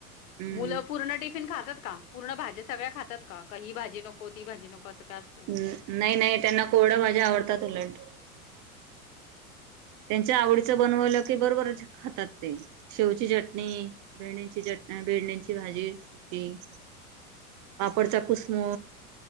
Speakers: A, on the right; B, on the left.
A: हम्म
B: मुलं पूर्ण टिफिन खातात का. पूर्ण भाज्या सगळ्या खातात का. ही भाजी नको. ती भाजी नको. असं काय असतं?
A: ् नाही-नाही त्यांना कोरड्या भाज्या आवडतात उलड. त्यांच्या आवडीचं बनवलं की बरोबर खातात ते. शेवची चटणी भेंडींची चटनी भेंडींची भाजी सुकी. पापडचा कुसमू